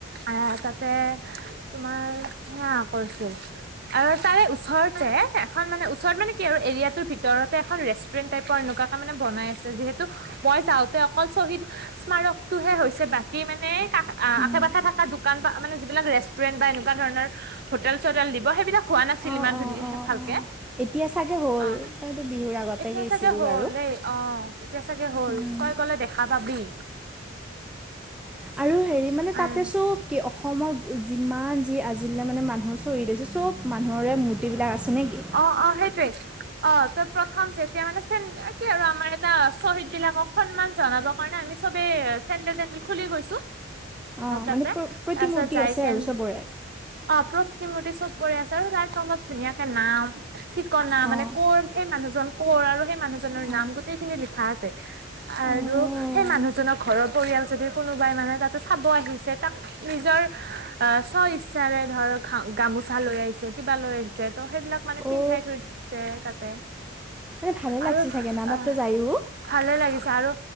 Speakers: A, on the right; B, in the centre.
A: আ, তাতে তোমাৰ হেয়া কৰিছিল। আৰু তাৰে ওচৰতে, এখন মানে ওচৰত মানে কি আৰু, এৰিয়াটোৰ ভিতৰতে এখন ৰেচ টুৰেণ্ট টাইপৰ এনেকুৱাকৈ মানে বনাই আছে, যিহেতু মই যাওঁতে অকল শ্বহীদ স্মাৰকটোহে হৈছে বাকী মানে কা,
B: উম
A: আশে পাশে থকা দোকান পা মানে যিবিলাক ৰেচ টুৰেণ্ট বা এনেকুৱা ধৰণৰ হোটেল চোটেল দিব, সেইবিলাক হোৱা নাছিল
B: অ
A: ইমান ধুনীয়া
B: অ অ
A: ভালকে,
B: অ এতিয়া চাগে হ'ল
A: অ।
B: তইতো বিহুৰ আগতে
A: এতিয়া
B: গৈছিলি
A: চাগে হ'ল
B: বাৰু
A: দেই। অ', এতিয়া চাগে হ'ল।
B: উম
A: তই গলে দেখা পাবি।
B: আৰু হেৰি মানে
A: আৰু
B: তাতে চ'ব কি অসমৰ যিমান যি আজিলৈ মানে মানুহ শ্বহীদ হৈছে, চব মানুহৰে মূৰ্তিবিলাক আছে নে কি?
A: অ, অ, সেইটোৱেই। অ, ত' প্ৰথম যেতিয়া মানে চেন, এ কি আৰু আমাৰ এটা শ্বহীদ বিলাকক সন্মান জনাব কাৰণে আমি চবে চেণ্ডেল তেণ্ডেল খুলি গৈছো
B: অ,
A: আহ তাতে।
B: মানে প্ৰ‌ প্ৰতিমূৰ্তি
A: তাৰপিছত যাই
B: আছে
A: কেন
B: আৰু চবৰে?
A: অ, প্ৰতিমূৰ্তি চবৰে আছে আৰু তাৰ তলত ধুনীয়াকে নাম ঠিকনা
B: অঁ
A: মানে ক'ৰ, সেই মানুহজন ক'ৰ, আৰু সেই মানুহজনৰ
B: অঁ অঁ
A: নাম গোটেইখিনি লিখা আছে। আৰু
B: অ'
A: সেই মানুহজনৰ ঘৰৰ পৰিয়াল যদি কোনোবাই মানে তাতে চাব আহিছে, তাক নিজৰ স্বইচ্ছাৰে ধৰ গামোচা লৈ আহিছে, কিবা লৈ আহিছে ত' সেইবিলাক মানে
B: অ'
A: পিন্ধাই থৈ দিছে তাতে
B: এই ভালে লাগিছে
A: আৰু
B: চাগে ন তাতে
A: আহ
B: যায়ো?
A: ভালে লাগিছে, আৰু